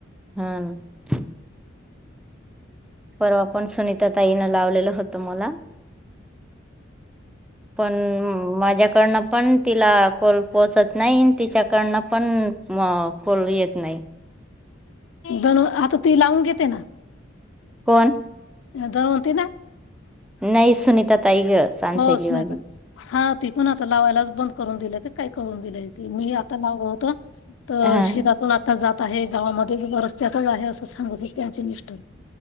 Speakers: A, in the centre; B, on the left.
A: हम्म परवा पण सुनीता ताईनं लावलेलं होतं मला पण माझ्या पन पण तिला कॉल पोहोचत नाही तिच्याकडनं पण कॉल येत नाही
B: दन आता ती लावून घेते ना
A: कोण
B: रवती ना
A: नाही सुनीता ताई ग सांन
B: हो
A: शैलीवा
B: सुनीता हा ती पण आता लावायलाच बंद करून दिली काय करून मी आता लावला होता तर
A: हा
B: शेतातून आता जात आहे गावामध्येच रस्त्यातच आहे असं सांगत होते त्यांचे मिस्टर